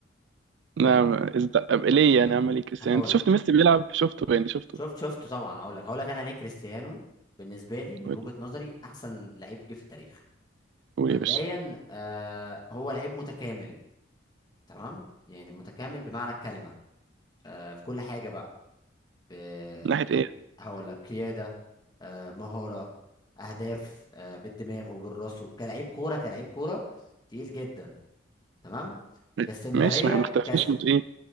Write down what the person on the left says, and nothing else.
فاهم
هقول
شفت شفت طبعا اقول لك هقول لك انا ليه كريستيانو بالنسبه لي من
وجهه نظري احسن لعيب جه في التاريخ
مبدئيا
آه هو لعيب متكامل تمام يعني متكامل بمعنى الكلمه آه في كل حاجه بقى ب-
في-
هقول لك قياده آه مهاره اهداف آه بالدماغ وبالراس كلاعب كوره كلاعب كوره تقيل جدا تمام
كاستمراريه
كاست